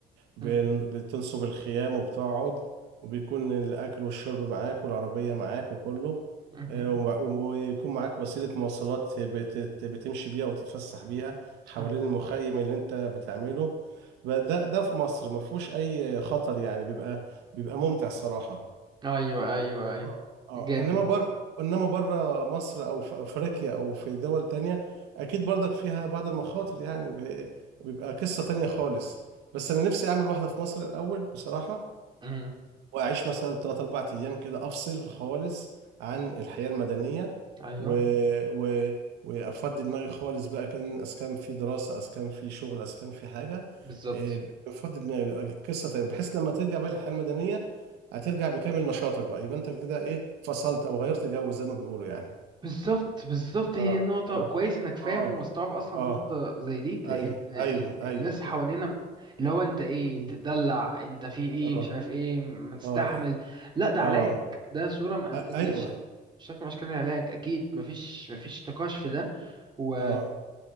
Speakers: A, on the right; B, on the right.
A: وبتنصب
B: امم
A: الخيام وبتقعد وبيكون الأكل والشرب معاك والعربية معاك وكله
B: امم
A: آه، ومع- ويكون معاك وسيلة مواصلات بت- بتمشي بيها وتتفسح بيها حوالين
B: اه
A: المخيم اللي انت بتعمله ب- ده ده في مصر ما فيهوش أي خطر يعني بيبقى بيبقى ممتع الصراحة
B: ايوه ايوه ايوه
A: اه اه
B: جامد
A: انما بر انما بره مصر او في افريقيا او في دول تانية اكيد برضك فيها بعض المخاطر يعني ب- بيبقى قصة تانية خالص بس انا نفسي اعمل واحدة في مصر الاول بصراحة
B: امم
A: واعيش مثلا 3 4 ايام كده افصل خالص عن الحياة المدنية
B: ايوه
A: و... و... وافضي دماغي خالص بقى كان اسكان في دراسة اسكان في شغل اسكان في حاجة
B: بالظبط
A: إيه، بفضي دماغي بيبقى قصة تانية بحيث لما ترجع بقى للحياة المدنية هترجع بكامل نشاطك بقى يبقى انت كده ايه فصلت او غيرت جو زي ما بيقولوا يعني
B: بالظبط بالظبط
A: اه
B: هي دي النقطة
A: اه
B: كويس انك فاهم
A: اه
B: ومستوعب اصلا
A: اه
B: نقطة زي دي لان
A: ايوه
B: إن
A: ايوه ايوه
B: الناس حوالينا اللي هو انت ايه
A: مم.
B: بتدلع انت في ايه
A: اه
B: مش عارف ايه ما تستحمل
A: اه
B: لا ده علاج
A: اه
B: ده صورة من-
A: أ-
B: دي
A: ايوه
B: شك... شكل من اشكال العلاج اكيد مفيش مفيش نقاش في ده و...
A: اه